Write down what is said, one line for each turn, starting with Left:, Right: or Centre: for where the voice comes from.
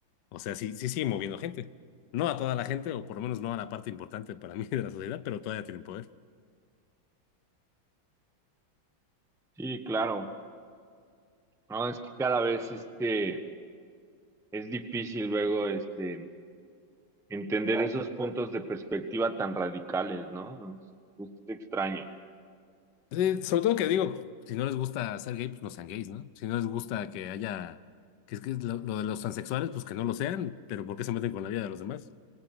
Left: O sea, sí, sí sigue moviendo gente. No a toda la gente, o por lo menos no a la parte importante para mí de la sociedad, pero todavía tienen poder.
Centre: Sí, claro, no, es que cada vez, este, es difícil luego, este, entender esos puntos de perspectiva tan radicales, ¿no? es es extraño.
Left: Sí, sobre todo que digo, si no les gusta ser gay, pues no sean gays, ¿no? Si no les gusta que haya, que es que es lo, lo de los transexuales, pues que no lo sean, pero ¿por qué se meten con la vida de los demás?